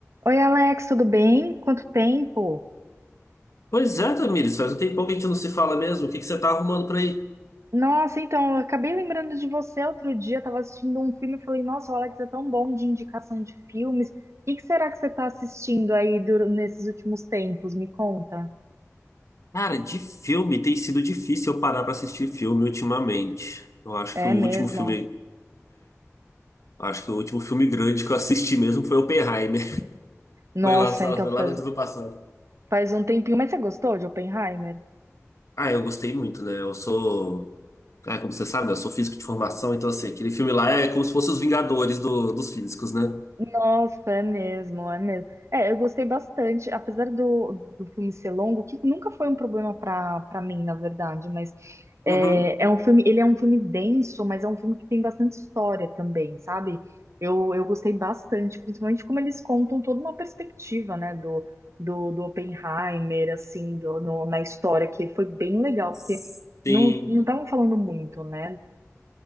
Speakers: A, on the right; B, on the left.
A: Oi, Alex, tudo bem? Quanto tempo?
B: Pois é, Tamires, faz um tempão que a gente não se fala mesmo. O que que você tá arrumando por aí?
A: Nossa, então, eu acabei lembrando de você outro dia. Eu tava assistindo um filme e falei, nossa, o Alex é tão bom de indicação de filmes. O que que será que você está assistindo aí dur- nesses últimos tempos? Me conta.
B: Cara, de filme tem sido difícil eu parar pra assistir filme ultimamente. Eu acho
A: É
B: que o último
A: mesmo?
B: filme, acho que o último filme grande que eu assisti mesmo foi Oppenheimer. <laughs>
A: Nossa,
B: Foi lá, foi
A: então faz,
B: lá no ano passado.
A: faz um tempinho. Mas você gostou de Oppenheimer?
B: Ah, eu gostei muito, né? Eu sou, ah, como você sabe, né? Eu sou físico de formação, então assim, aquele filme lá é como se fosse os Vingadores do, dos físicos, né?
A: Nossa, é mesmo, é mesmo. É, eu gostei bastante, apesar do, do filme ser longo, que nunca foi um problema para para mim, na verdade, mas é,
B: Uhum.
A: é um filme, ele é um filme denso, mas é um filme que tem bastante história também, sabe? Eu, eu gostei bastante, principalmente como eles contam toda uma perspectiva, né, do, do, do Oppenheimer, assim, do, no- na história, que foi bem legal, porque
B: Sim.
A: não não estavam falando muito, né?